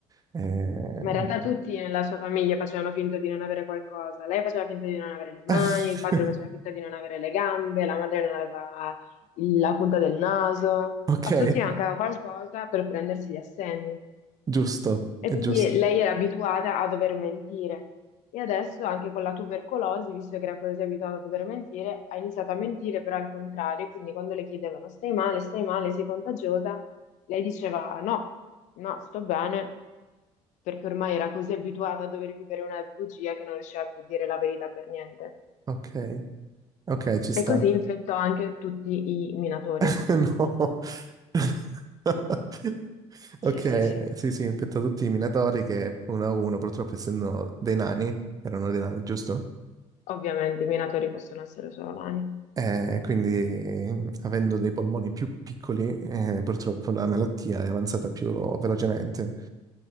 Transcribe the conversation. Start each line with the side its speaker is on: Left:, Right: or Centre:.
Right: Eh,
Left: Ma in realtà tutti nella sua famiglia facevano finta di non avere qualcosa. Lei faceva finta di non avere le mani,
Right: <laughs>
Left: il padre faceva finta di non avere le gambe, la madre non aveva il- la punta del naso.
Right: Ok,
Left: A tutti mancava qualcosa per prendersi gli assegni.
Right: Giusto, è
Left: E quindi
Right: giusto.
Left: lei era abituata a dover mentire. E adesso anche con la tubercolosi, visto che era così abituata a dover mentire, ha iniziato a mentire però al contrario. Quindi quando le chiedevano stai male, stai male, sei contagiosa, lei diceva no, no, sto bene perché ormai era così abituata a dover vivere una bugia che non riusciva più a dire la verità per niente.
Right: Ok, ok, ci sta.
Left: E così infettò anche tutti i minatori.
Right: <laughs> No. <laughs>
Left: Mm, mm.
Right: Ok,
Left: Sì, sì, sì.
Right: sì, sì, infetta tutti i minatori che uno a uno, purtroppo essendo dei nani, erano dei nani, giusto?
Left: Ovviamente i minatori possono essere solo nani.
Right: Eh, quindi, eh, avendo dei polmoni più piccoli, eh, purtroppo la malattia è avanzata più velocemente,